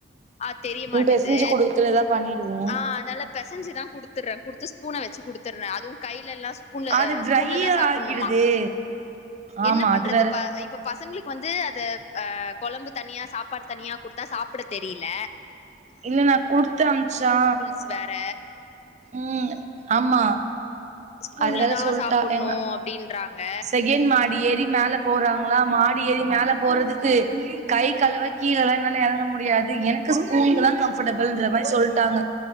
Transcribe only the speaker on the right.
ம்
பெசஞ்சு குடுக்குறதா பண்ணிடுவோ
அது
ட்ரையா
ஆகிடுதே ஆமா
அது வேற
இல்ல நா குடுத்த அம்ப்ச்சா
ம் ஆமா
அதுனால
சொல்ட்டா
ஏங்க
செகண்ட மாடி ஏறி மேல போறாங்களா மாடி ஏறி மேல போறதுக்கு கை கழுவ கீழயெல்லா என்னால எறங்க முடியாது எனக்கு ஸ்பூன்ங்க தா கம்ஃபர்டபிள்ன்ற மாரி சொல்ட்டாங்க